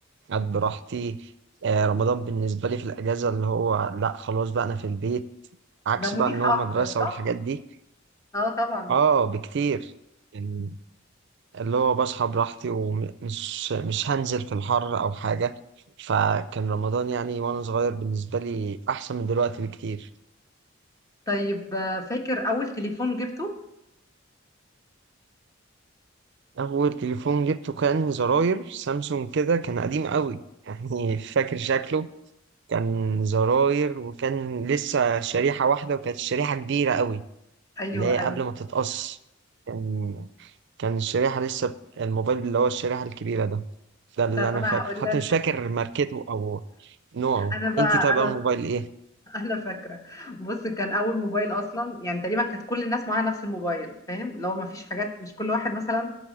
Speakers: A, on the right; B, on the left.
A: قاعد براحتي آه، رمضان بالنسبة لي في الأجازة اللي هو لأ خلاص بقى أنا في البيت عكس
B: ده مريح
A: بقى إن هو
B: اكتر
A: مدرسة
B: صح؟
A: والحاجات دي
B: اه طبعا
A: آه بكتير يعني اللي هو بصحى براحتي ومش مش هنزل في الحر أو حاجة فكان رمضان يعني وأنا صغير بالنسبة لي أحسن من دلوقتي بكتير
B: طيب آه، فاكر اول تليفون جبته؟
A: أول تليفون جبته كان زراير سامسونج كده كان قديم قوي <laughs> يعني فاكر شكله كان زراير وكان لسه شريحة واحدة وكانت الشريحة كبيرة قوي
B: ايوه
A: اللي هي قبل
B: ايوه
A: ما تتقص كان كان الشريحة لسه ب- الموبايل اللي هو الشريحة الكبيرة ده ده اللي
B: طب
A: أنا
B: انا
A: فاكره
B: هقول
A: حتى
B: لك
A: مش فاكر ماركته أو نوعه
B: انا بقى
A: أنتي طيب
B: انا
A: أول موبايل إيه؟
B: <laughs> انا فاكره بص كان اول موبايل اصلا يعني تقريبا كانت كل الناس معاها نفس الموبايل فاهم لو ما فيش حاجات مش كل واحد مثلا